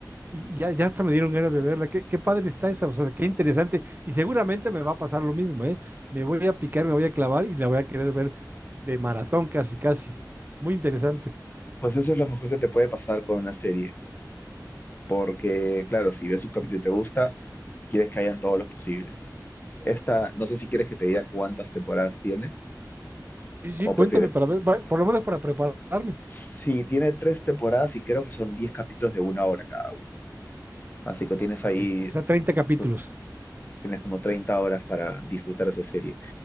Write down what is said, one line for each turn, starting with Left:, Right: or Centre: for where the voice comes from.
Right: y ya, ya hasta me dieron ganas de verla. Qué, qué padre está esa, o sea, qué interesante. Y seguramente me va a pasar lo mismo, ¿eh? Me voy a picar, me voy a clavar y la voy a querer ver de maratón casi, casi. Muy interesante.
Left: Pues eso es lo mejor que te puede pasar con una serie, porque claro, si ves un capítulo y te gusta, quieres que hayan todos los posibles. Esta, no sé si quieres que te diga cuántas temporadas tiene
Right: Sí, sí,
Left: o
Right: cuéntame
Left: prefieres.
Right: para ver, va- por lo menos para prepararme.
Left: Si tiene tres temporadas y creo que son 10 capítulos de una hora cada uno. Así que tienes
Right: Ok,
Left: ahí,
Right: o sea, 30
Left: tú,
Right: capítulos.
Left: tú tienes como 30 horas para disfrutar esa serie.